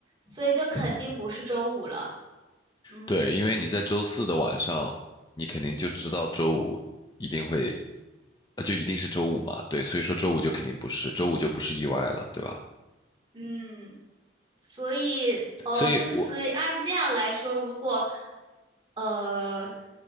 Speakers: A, on the right; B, on the left.
A: 所以就肯定不是周五了。嗯
B: 对，因为你在周四的晚上，你肯定就知道周五一定会，呃，就一定是周五嘛，对，所以说周五就肯定不是，周五就不是意外了，对吧？
A: 嗯，所以哦，
B: 所以我
A: 就是所以按这样来说，如果呃